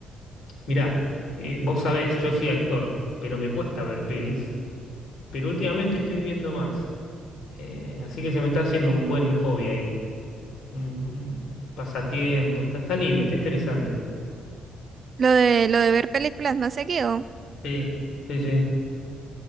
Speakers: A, on the left; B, on the right.
A: Mirá, eh, vos sabés, yo soy actor, pero me cuesta ver pelis. Pero últimamente estoy viendo más. Eh, así que se me está haciendo un buen hobby ahí. Un, un pasatiempo. Está, está lindo, está interesante.
B: Lo de, lo de ver películas más seguido.
A: Sí, sí, sí.